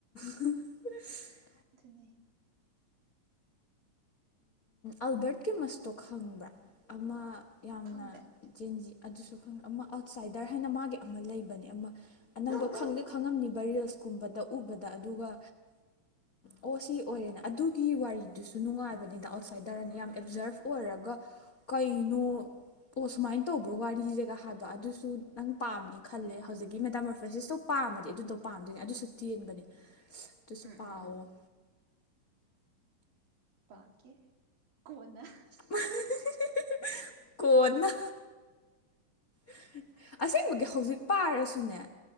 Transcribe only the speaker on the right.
ꯑꯗꯨꯅꯤ
ꯈꯪꯗꯦ
ꯎꯝ
ꯎꯝ ꯎꯝ ꯄꯥꯒꯦ ꯀꯣꯟꯅꯥ
ꯑꯗꯨꯅꯦ